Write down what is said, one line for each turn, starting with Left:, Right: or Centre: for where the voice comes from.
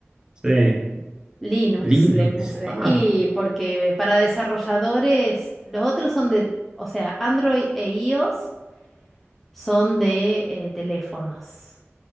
Right: Sí.
Centre: Linux
Right: Linux.
Centre: le puse.
Right: Ah.
Centre: Y porque para desarrolladores, los otros son de, o sea, Android e iOS son de eh, teléfonos.